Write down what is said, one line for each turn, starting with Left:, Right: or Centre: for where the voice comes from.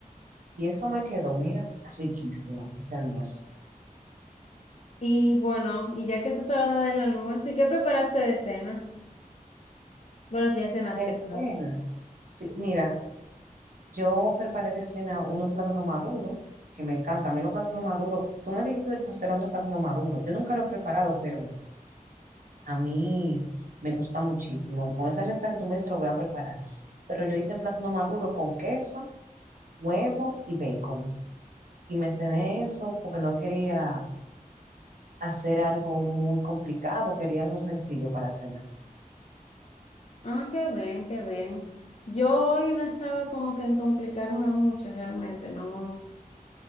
Right: Y eso me quedó, mira, riquísimo ese almuerzo.
Left: Y bueno, y ya que estás hablando del almuerzo, ¿y qué preparaste de cena? Bueno, si ya cenaste,
Right: De cena,
Left: claro.
Right: sí, mira, yo preparé de cena unos plátanos maduros, que me encanta. A mí los plátanos maduros, tú me dijiste del pastelón de plátano maduro. Yo nunca lo he preparado, pero A mí me gusta muchísimo. Y con esa receta que tú me dices, lo voy a preparar. Pero yo hice plátano maduro con queso, huevo y bacon. Y me cené eso porque no quería hacer algo muy complicado, quería algo sencillo para cenar.
Left: Ah, qué bien, qué bien. Yo hoy no estaba como que en complicarme mucho realmente, no